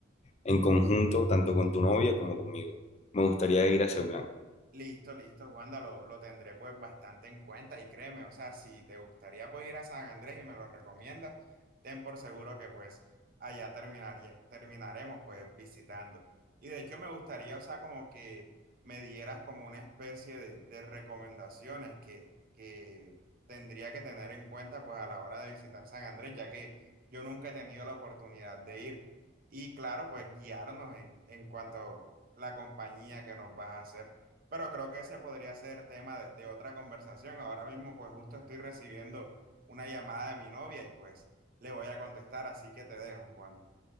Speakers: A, on the left; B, on the right.
A: en conjunto, tanto con tu novia como conmigo. Me gustaría ir a ese plan.
B: Listo, listo, Wanda, lo, lo tendré pues bastante en cuenta y créeme, o sea, si te gustaría pues ir a San Andrés y me lo recomiendas, ten por seguro que pues allá terminaría, terminaremos pues visitando. Y de hecho me gustaría, o sea, como que me dieras como una especie de, de recomendaciones que, que tendría que tener en cuenta pues a la hora de visitar San Andrés, ya que yo nunca he tenido la oportunidad de ir y claro, pues guiarnos en, en cuanto a la compañía que nos vas a hacer. Pero creo que ese podría ser tema de, de otra conversación. Ahora mismo, pues justo estoy recibiendo una llamada de mi novia y pues le voy a contestar, así que te dejo, Juan.